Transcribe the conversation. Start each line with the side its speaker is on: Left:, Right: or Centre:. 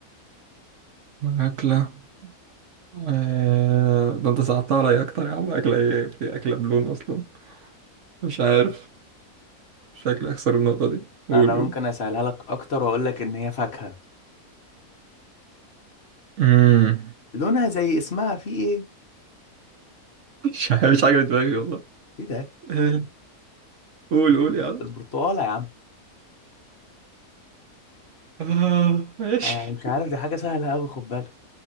Right: وأكلة آه... ده انت صعبتها عليا أكتر يا عم أكلة ايه في أكلة بلون أصلا مش عارف شكلي أخسر النقطة دي قول
Left: انا ممكن
Right: قول
Left: اسهلها لك اكتر واقول لك ان هي فاكهة
Right: مم.
Left: لونها زي اسمها في ايه
Right: مش عارف مش حاجة في دماغي والله
Left: ايه ده
Right: آه، قول
Left: البرت...
Right: قول يا عم
Left: البرتقاله يا عم
Right: آه ماشي
Left: آه، مش عارف دي حاجه سهله قوي خد بالك